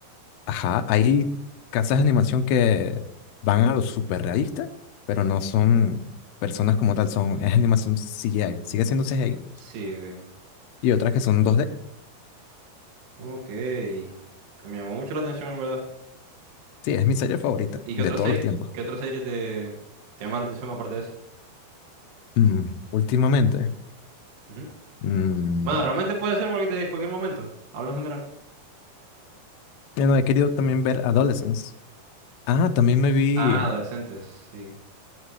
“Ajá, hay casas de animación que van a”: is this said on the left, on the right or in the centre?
Left